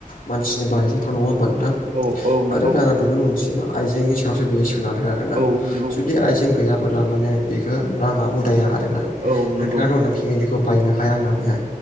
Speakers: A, on the left; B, on the right.
A: मानसिनि बायजाथाव नङा बा दा
B: औ औ नंगौ
A: आरो राङा बेफोर मोनसे मा आयजेंनि सायावसो बियो सोनारो आरोोना
B: औ नंगौ
A: जुदि आइजें गैयाबो्ला माने बेखौ राङा उदाया आरोना
B: औ
A: नोंथाङा
B: नंगौ
A: <unintelligible> फेमिलिखौ बायनो हाया होननानैहाय